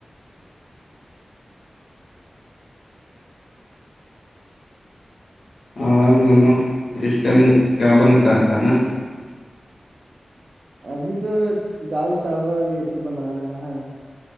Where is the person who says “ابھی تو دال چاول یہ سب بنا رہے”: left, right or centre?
Right